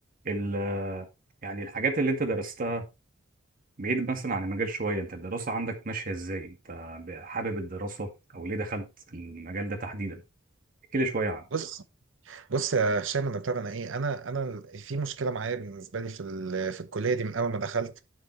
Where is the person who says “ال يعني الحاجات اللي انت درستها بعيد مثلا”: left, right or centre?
Right